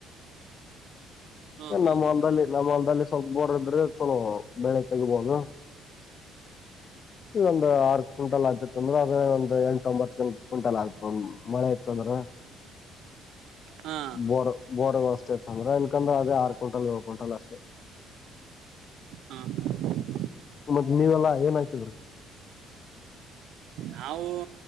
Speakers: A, on the right; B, on the left.
A: <inaudible> ಹಾ
B: ಏ
A: ಹಾ
B: ನಮ್ಮ ಹೊಲ್ದಲ್ಲಿ ನಮ್ಮ ಹೊಲ್ದಲ್ಲಿ ಸ್ವಲ್ಪ ಬೋರ್ ಇದ್ರೆ ಚಲೋ ಬೆಳೆ ತೆಗಿಬಹದು ಇದೊಂದು ಆರ್ ಕ್ವಿಂಟಲ್ ಆತೈತಂದ್ರ ಅದ್ರ ಒಂದ ಎಂಟ ಒಂಬತ್ತ ಕುಂಟೆಲ್ಲ ಆಗ್ತದೆ ಮಳೆ ಇತ್ತು ಅಂದ್ರೆ
A: ಹಾ
B: ಬೋರ್ ಬೋರ್ ವ್ಯವಸ್ತೇ ಇತ್ತ ಅಂದ್ರ ಇನ್ಕಂದ್ರ ಅದೇ ಆರ್ ಕ್ವಿಂಟಲ್ ಏಳು ಕ್ವಿಂಟಲ್ ಅಷ್ಟೇ
A: ಹಾ ಹಾ
B: ಮತ್ತತ್ ನೀವೆಲ್ಲಾ ಏನ್ ಹಾಕಿದ್ದೀರ
A: ನಾವು